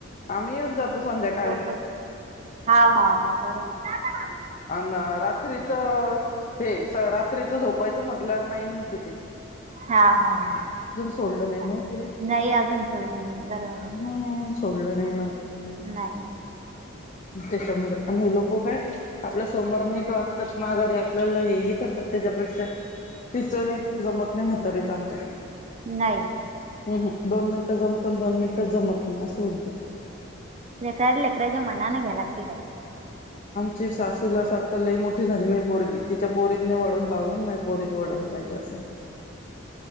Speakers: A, on the left; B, on the right.
A: आम्ही येऊन जातो संध्याका
B: ो हा हा बरोबर
A: अ रात्रीचं हे रात्रीचं झोपायचं म्हटल्यावर नाही म्हणते ते
B: हा हा
A: सोडल नाही न तिला
B: नाही अजून सोडलं नाही बरोबर
A: हम्म सोडलं नाही
B: हे नाही.
A: ते. त्यामुळआणि हे लोक काय? समोर नीट वागतात माघारी आपल्याला हे हे करतात त्याच्यापेक्षा तिचं नी जमत नाही म्हातारीच आमच्या.
B: नाही.
A: अहम्म दोन मिनिटं जमत दोन मिनिटच जमत नाही असं होणत ते.
B: लेकराल लेकराच्या मनाने घ्या लागतील काही.
A: चीव सास तुला आस वाटत लई मोठी झाली माही पोरगी तिच्या पोरील नई वडण लावलं ना माही पोरील वडण पाहिजे असाय ते.